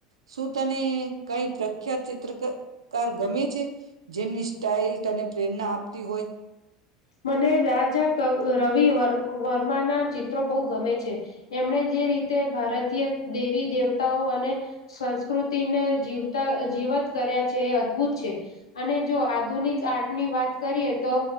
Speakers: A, on the right; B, on the left.
A: શું તને કંઈ પ્રખ્યાત ચિત્રક કાર ગમે છે? જેમની સ્ટાઇલ તને પ્રેરણા આપતી હોય?
B: મને રાજા ક રવિ વ વર્માના ચિત્રો બહુ ગમે છે. એમણે જે રીતે ભારતીય દેવી દેવતાઓ અને સંસ્કૃતિને જીવતા જીવત કર્યા છે એ અદભુત છે. અને જો આધુનિક આર્ટની વાત કરીએ તો